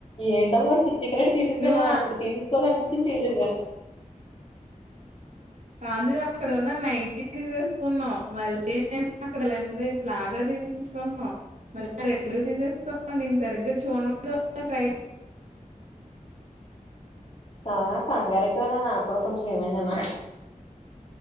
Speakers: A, on the left (about 40°); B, on the right (about 60°).
A: ఏంటి శల్వార్ పీస్ చికెనేట్ లో తీసేసాను
B: నువ్వు ఆ-
A: ఇప్పుడు తీసే సుకోవలనిపించింది స్కిన్ తీసేసాను
B: కాదు అక్కడ ఉన్న నైటీలు వేసుకున్నావ్ మళ్ళీ దేమో అక్కడ లేని ప్లాజా తీసేసుకునవ్ మళ్ రెండు తీసేసుకో నేను సరిగ్గా చూడనుగుడ ట్రై
A: ఆ కంగార ఎక్కువైనా నాకు కూడా కొంచెం ఏమైనానా